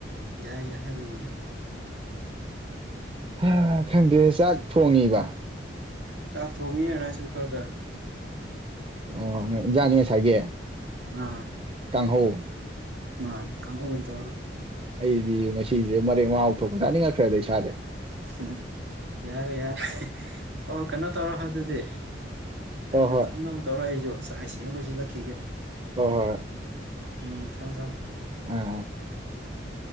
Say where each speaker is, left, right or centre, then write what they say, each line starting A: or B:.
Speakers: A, on the right; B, on the right.
A: ꯌꯥꯏ ꯌꯥ ꯑꯗꯨꯕꯨꯗꯤ
B: ꯍꯥ ꯈꯪꯗꯦ ꯆꯥꯛ ꯊꯣꯡꯉꯤꯕ
A: ꯆꯥꯛ ꯊꯣꯡꯉꯤ ꯔꯥꯏꯁ ꯀꯨꯀꯔꯗ
B: ꯑꯣ ꯌꯦꯡꯁꯡꯗꯤ ꯉꯁꯥꯏꯒꯤ
A: ꯑꯥ
B: ꯀꯥꯡꯍꯧ
A: ꯃꯥꯅꯦ ꯀꯥꯡꯍꯧ ꯑꯣꯏꯟ ꯇꯧꯔ
B: ꯑꯩꯗꯤ ꯉꯁꯤꯁꯦ ꯃꯔꯦꯛ ꯃꯥꯎ ꯊꯣꯛꯄ ꯆꯥꯅꯤꯡꯉꯛꯈ꯭ꯔꯦꯗ ꯏꯁꯥꯥꯁꯦ
A: <unintelligible> ꯌꯥꯔꯦ ꯌꯥꯔꯦ ꯑꯣ ꯀꯩꯅꯣ ꯇꯧꯔꯣ ꯑꯗꯨꯗꯤ ꯅꯪꯁꯨ
B: ꯍꯣꯏ ꯍꯣꯏ
A: ꯊꯝꯅꯕ ꯇꯧꯔꯛ ꯑꯩꯁꯨ ꯆꯥꯛ ꯏꯁꯤꯡ ꯑꯃ ꯂꯣꯏꯁꯤꯜꯂꯛꯈꯤꯒꯦ
B: ꯍꯣ ꯍꯣꯏ
A: ꯎꯝ ꯊꯥꯝ ꯊꯝ
B: <unintelligible>